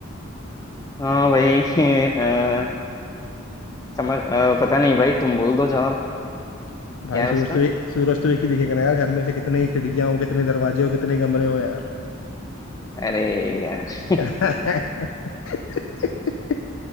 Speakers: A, on the left; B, on the left.
A: हाँ भाई <laughs> अ, समझ अ, पता नहीं भाई तुम बोल दो जवाब
B: को। भाई
A: क्या है
B: सूरज
A: उसका
B: तो ए- सूरज तो एक ही दिखेगा ना यार घर में से कितनी ही खिड़कियां हो कितने दरवाजे हो कितने कमरे हो यार
A: अरे यार
B: <laughs>
A: <laughs>